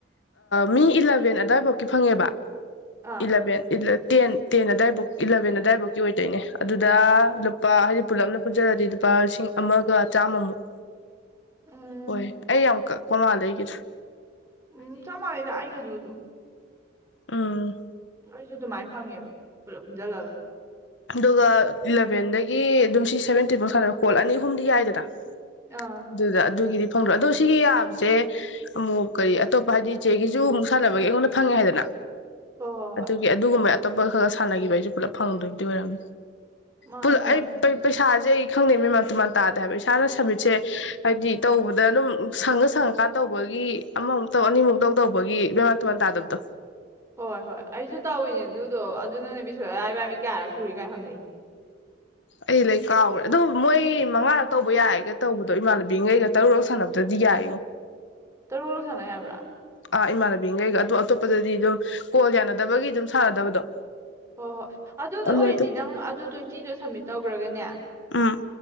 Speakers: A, on the left (about 80°); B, on the right (about 15°).
A: ꯃꯤ ꯏꯂꯚꯦꯟ ꯑꯋꯥꯏꯐꯥꯎꯀꯤ ꯐꯪꯉꯦꯕ
B: ꯑꯥ
A: ꯏꯂꯕꯦꯟ ꯏꯂ ꯇꯦꯟ ꯇꯦꯟ ꯑꯗꯨꯋꯥꯏꯕꯨ ꯏꯂꯚꯦꯟ ꯑꯗꯥꯋꯥꯏꯕꯨꯀꯤ ꯑꯣꯏꯗꯣꯏꯅꯦ ꯑꯗꯨꯗ ꯂꯨꯄꯥ ꯍꯥꯏꯗꯤ ꯄꯨꯂꯞꯅ ꯄꯨꯟꯁꯤꯜꯂꯗꯤ ꯂꯨꯄꯥ ꯂꯤꯁꯤꯡ ꯑꯃꯒ ꯆꯥꯃꯝ ꯃꯨꯛ
B: ꯎꯝ
A: ꯍꯣꯏ ꯑꯩ ꯌꯥꯝꯀꯛ ꯀꯣꯃꯥꯗꯒꯤꯗꯣ
B: ꯎꯝ ꯆꯞꯃꯥꯅꯩꯗ ꯑꯩꯒꯤꯖꯨ ꯑꯗꯨꯝ
A: ꯑꯝ
B: ꯑꯩꯁꯨ ꯑꯗꯨꯃꯥꯏꯅ ꯐꯪꯉꯦꯕ ꯄꯨꯂꯞ ꯄꯨꯟꯁꯤꯜꯂꯒ
A: ꯑꯗꯨꯒ ꯏꯂꯚꯦꯟꯗꯒꯤ ꯑꯗꯨꯝ ꯁꯤ ꯁꯚꯦꯟꯇꯤꯟꯐꯥꯎ ꯁꯥꯟꯅꯕ ꯀꯣꯜ ꯑꯅꯤ ꯑꯍꯨꯝꯗꯤ ꯌꯥꯏꯗꯅ
B: ꯑꯥ
A: ꯑꯗꯨꯗ ꯑꯗꯨꯒꯤꯗꯤ ꯐꯪꯗ꯭ꯔꯣ ꯑꯗꯣ ꯁꯤꯒꯤ ꯌꯥꯕꯁꯦ ꯑꯃꯨꯛ ꯀꯔꯤ ꯑꯇꯣꯞꯄ ꯍꯥꯏꯗꯤ ꯆꯦꯒꯤꯁꯨ ꯑꯃꯨꯛ ꯁꯥꯟꯅꯕꯒꯤ ꯑꯩꯉꯣꯟꯗ ꯐꯪꯉꯦ ꯍꯥꯏꯗꯅ
B: ꯍꯣꯏ ꯍꯣꯏ ꯍꯣꯏ
A: ꯑꯗꯨꯒꯤ ꯑꯗꯨꯒꯨꯝꯕ ꯑꯇꯣꯞꯄ ꯈꯔꯥ ꯁꯥꯟꯅꯈꯤꯕꯩꯁꯨ ꯄꯨꯂꯞ ꯐꯪꯗꯣꯏꯅꯤ ꯑꯣꯏꯔꯝ
B: ꯃꯥꯅꯦ
A: ꯄꯨ
B: ꯑꯣꯏꯔꯝꯅꯤ
A: ꯑꯩ ꯄꯩꯁꯥꯖꯦ ꯈꯪꯗꯦ ꯃꯦꯝꯥꯟ ꯇꯨꯃꯥꯟ ꯇꯥꯗꯦꯕ ꯍꯥꯏꯕ ꯏꯁꯥꯅ ꯁꯕꯃꯤꯠꯁꯦ ꯍꯥꯏꯕꯗꯤ ꯇꯧꯕꯗ ꯑꯗꯨꯝ ꯁꯪꯉ ꯁꯪꯉꯀꯥꯟ ꯇꯧꯕꯒꯤ ꯑꯃꯃꯨꯛ ꯇꯧ ꯑꯅꯤꯃꯨꯛ ꯇꯧ ꯇꯧꯕꯒꯤ ꯃꯦꯃꯥꯟ ꯇꯨꯃꯥꯟ ꯇꯥꯗꯕꯗꯣ
B: ꯍꯣꯏ ꯍꯣꯏ ꯑꯩꯁꯨ ꯇꯧꯏꯤꯅꯦ ꯑꯗꯨꯗꯣ ꯑꯗꯨꯅꯅꯦ ꯕꯤꯁꯣꯏꯔꯤꯌꯥ ꯏꯕꯥꯅꯤ ꯀꯌꯥꯔꯛ ꯁꯨꯔꯦ ꯀꯥꯏ ꯍꯪꯅꯩꯅꯤ
A: ꯑꯩ ꯂꯩ ꯀꯥꯎꯈꯔꯦ ꯑꯗꯨꯗꯣ ꯃꯣꯏ ꯃꯉꯥꯔ ꯇꯧꯕ ꯌꯥꯏꯒ ꯇꯧꯕꯗꯣ ꯏꯃꯥꯟꯅꯕꯤꯒꯩꯒ ꯇꯔꯨꯛꯔꯛ ꯁꯥꯟꯅꯕꯗꯗꯤ ꯌꯥꯏꯉꯣ
B: ꯇꯔꯨꯔꯛ ꯁꯥꯟꯅ ꯌꯥꯕ꯭ꯔꯥ
A: ꯑꯥ ꯏꯃꯥꯟꯅꯕꯤꯒꯩꯒ ꯑꯗꯣ ꯑꯇꯣꯞꯄꯗꯗꯤ ꯑꯗꯨꯝ ꯀꯣꯜ ꯌꯥꯅꯗꯕꯒꯤ ꯑꯗꯨꯝ ꯁꯥꯟꯅꯗꯕꯗꯣ
B: ꯍꯣꯏ ꯍꯣꯏ ꯑꯗꯨꯗꯣ
A: ꯑꯗꯨꯃꯥꯏꯅ
B: ꯑꯣꯏꯔꯗꯤ ꯅꯪ ꯑꯗꯨ ꯇ꯭ꯋꯦꯟꯇꯤꯗꯣ ꯁꯃꯤꯠ ꯇꯧꯈ꯭ꯔꯒꯅꯦ
A: ꯎꯝ